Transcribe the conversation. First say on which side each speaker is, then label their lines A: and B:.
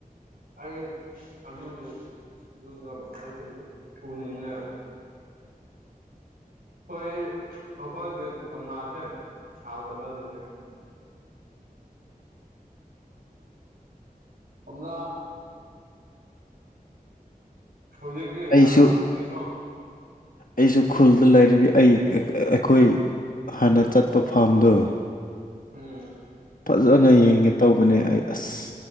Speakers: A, on the right; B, on the left.
A: ꯑꯩ ꯑꯗꯨꯒꯤ <unintelligible> ꯑꯩꯁꯨ ꯎꯅꯤꯡꯉꯦ ꯑꯩꯈꯣꯏ ꯑꯩꯈꯣꯏꯒꯤ ꯀꯝꯅꯥꯥꯁꯦ ꯍꯥꯎꯇꯕꯒꯤꯅꯦ ꯊꯝꯅꯥ ꯍꯧꯖꯤꯛꯒꯤ
B: ꯑꯩꯁꯨ
A: ꯂꯥꯛꯂꯝꯒꯅꯤ ꯀꯣ
B: ꯑꯩꯁꯨ ꯈꯨꯜꯗ ꯂꯩꯔꯤꯗꯤ ꯑꯩ ꯑꯩꯈꯣꯏ ꯍꯥꯟꯅ ꯆꯠꯄ ꯐꯥꯔꯝꯗꯨ
A: ꯎꯝ
B: ꯐꯖꯅ ꯌꯦꯡꯒꯦ ꯇꯧꯕꯅꯦ ꯑꯩ ꯑꯁ